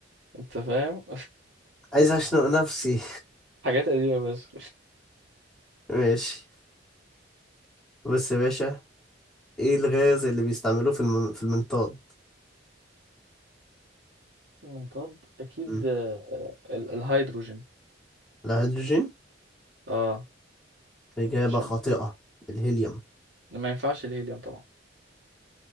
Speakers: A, on the right; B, in the centre.
A: انت فاهم
B: عايز اشنق نفسي
A: <laughs> حاجات قديمة بس
B: <laughs> ماشي بص يا باشا ايه الغاز اللي بيستعملوه في الم... في المنطاد
A: منطاد اكيد
B: مم.
A: آه، ال- الهيدروجين
B: الهيدروجين
A: اه
B: اجابة
A: مش
B: خاطئة الهيليوم
A: ما ينفعش الهيليوم طبعا